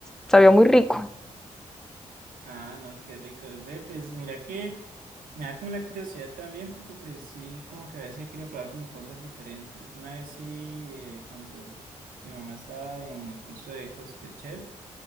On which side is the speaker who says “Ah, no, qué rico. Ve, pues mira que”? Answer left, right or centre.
Right